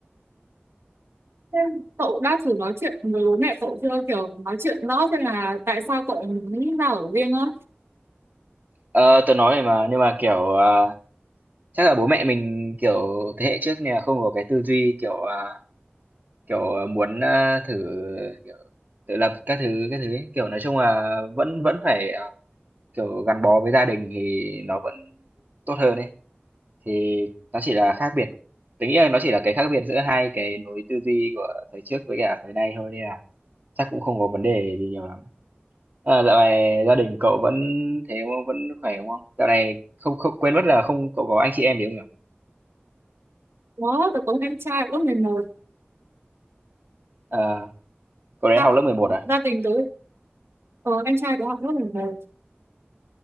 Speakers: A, on the right (about 75°); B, on the right (about 45°).
A: Thế cậu đã thử nói chuyện với bố mẹ cậu chưa kiểu nói chuyện rõ xem là tại sao cậu muốn ra ở riêng á
B: ờ tớ nói rồi mà nhưng mà kiểu à, chắc là bố mẹ mình kiểu thế hệ trước nên là không có cái tư duy kiểu à, kiểu à, muốn à, thử kiểu tự lập các thứ các thứ ấy. kiểu nói chung là vẫn vẫn phải Kiểu gắn bó với gia đình thì nó vẫn tốt hơn ấy, thì nó chỉ là khác biệt tính nghĩ là nó chỉ là cái khác biệt giữa hai cái lối tư duy của thời trước với cả thời nay thôi nên là chắc cũng không có vấn đề gì nhiều lắm. À, dạo này gia đình cậu vẫn thế không? Vẫn khỏe đúng không? Dạo này không không quên mất là không cậu có anh chị em gì không nhỉ?
A: đó tớ có em trai lớp 11
B: À, cậu đấy
A: gia,
B: học lớp mười một à?
A: gia đình tớ ờ, em trai tớ học lớp 11